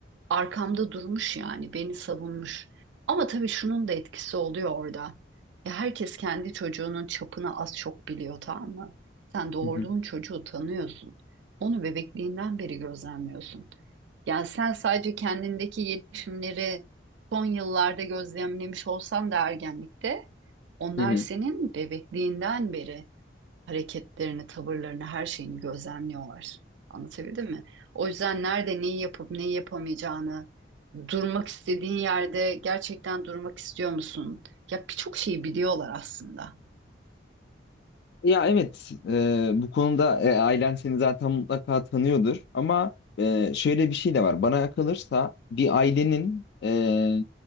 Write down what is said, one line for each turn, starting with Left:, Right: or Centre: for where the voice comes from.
Right: arkamda durmuş yani beni savunmuş. Ama tabii şunun da etkisi oluyor orada. Ya herkes kendi çocuğunun çapını az çok biliyor tamam mı? Sen doğurduğun
Left: Hı hı.
Right: çocuğu tanıyorsun. Onu bebekliğinden beri gözlemliyorsun. Yani sen sadece kendindeki gelişimleri son yıllarda gözlemlemiş olsan da ergenlikte onlar
Left: Hı hı.
Right: senin bebekliğinden beri hareketlerini, tavırlarını, her şeyini gözlemliyorlar. Anlatabildim mi? O yüzden nerede neyi yapıp neyi yapamayacağını, durmak istediğin yerde gerçekten durmak istiyor musun? Ya birçok şeyi biliyorlar aslında.
Left: Ya evet, e, bu konuda e, ailen seni zaten mutlaka tanıyordur ama e, şöyle bir şey de var. Bana kalırsa bir ailenin e,